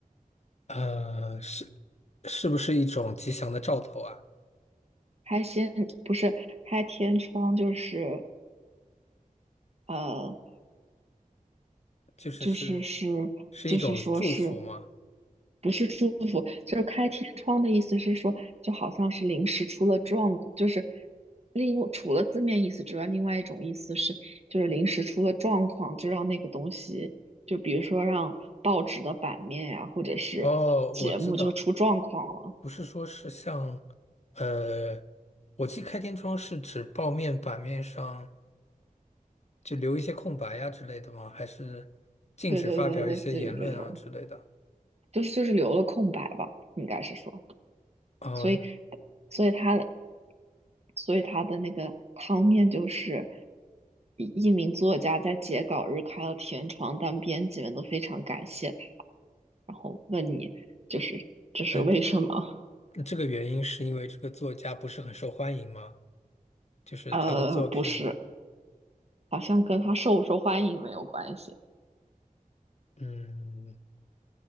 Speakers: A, on the left (about 50°); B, on the right (about 45°).
A: 呃，是是不是一种吉祥的兆头啊？
B: 开先不是开天窗，就是呃，
A: 就是是
B: 就是是就是说是
A: 是一种祝福吗？
B: 不是祝福？就是开天窗的意思是说，就好像是临时出了状况，就是另除了字面意思之外，另外一种意思是，就是临时出了状况，就让那个东西，就比如说让报纸的版面呀、或者是节目就出状况了。
A: 哦，我知道，不是说是像，呃，我记开天窗是指报面版面上就留一些空白呀、之类的吗？还是禁止发表一些言论啊之类的？
B: 对对对，类似于这种，就是就是留了空白吧，应该是说。
A: 哦，
B: 所以所以他，所以他的那个汤面就是一一名作家在截稿日开了天窗，但编辑们都非常感谢他，然后问你就是这是为什么？
A: 那那这个原因是因为这个作家不是很受欢迎吗？就是他的作品，
B: 呃，不是，好像跟他受不受欢迎没有关系。
A: 嗯，